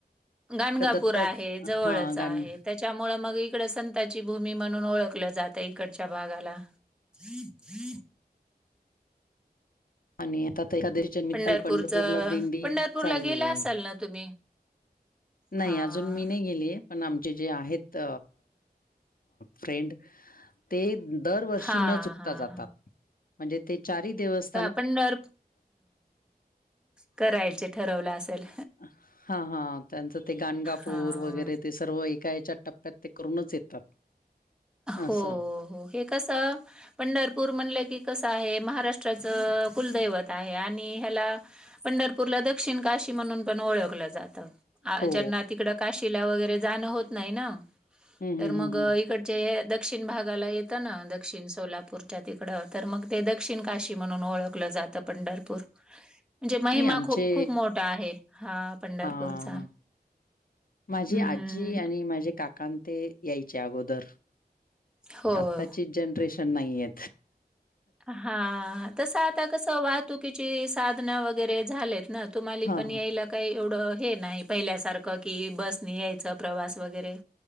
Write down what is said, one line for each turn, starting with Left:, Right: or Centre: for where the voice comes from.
Centre: गणगापूर
Left: का दत्ताच
Centre: आहे जवळच
Left: हा
Centre: आहे
Left: गाण
Centre: त्याच्यामुळे मग इकड संताची भूमी म्हणून ओळखलं जातं इकडच्या भागाला ज जी
Left: आणि आता एकादशीच्या निमित्ताने
Centre: पंढरपूरचं
Left: पंढरपूरला दिंडी
Centre: पंढरपूरला
Left: चालली
Centre: गेला
Left: आहे
Centre: असाल ना तुम्ही?
Left: नाही
Centre: हां.
Left: अजून मी नाही गेलीय पण आमचे जे आहेत फ्रेंड ते दरवर्षी
Centre: हां,
Left: न चुकता
Centre: हां,
Left: जातात
Centre: हां.
Left: म्हणजे ते चार दिवस
Centre: आपण जर करायच ठरवलं असेल
Left: हा हा त्यांचं ते गणगापूर
Centre: हां.
Left: वगैरे ते सर्व एका याच्या टप्प्यात ते करूनच येतात असं
Centre: हो हो हे कस पंढरपूर म्हणलं की कसं आहे महाराष्ट्राच कुलदैवत आहे आणि ह्याला पंढरपूरला दक्षिण काशी म्हणून पण ओळखलं जातं
Left: हो
Centre: ज्यांना तिकड काशीला वगैरे जाणं होत नाही ना
Left: हम्म
Centre: तर
Left: हम्म
Centre: मग
Left: हम्म हम्म
Centre: इकड दक्षिण भागाला येतं ना दक्षिण सोलापूरच्या तिकडं तर मग ते दक्षिण काशी म्हणून ओळख जात पंढरपूर म्हणजे महिमा
Left: नाही आमचे
Centre: खूप खूप मोठा आहे हा पंढरपूरचा.
Left: हा हा माझी
Centre: हम्म.
Left: आजी आणि माझे काकां ते यायचे अगोदर
Centre: हो.
Left: आत्ताची जनरेशन नाहीय
Centre: हा तस आता कस वाहतुकीची साधन वगैरे झालेत ना तुम्हाला
Left: हा
Centre: पण याय लाग काही एवढं हे नाही पहिल्यासारखं की बसनी यायचं प्रवास वगैरे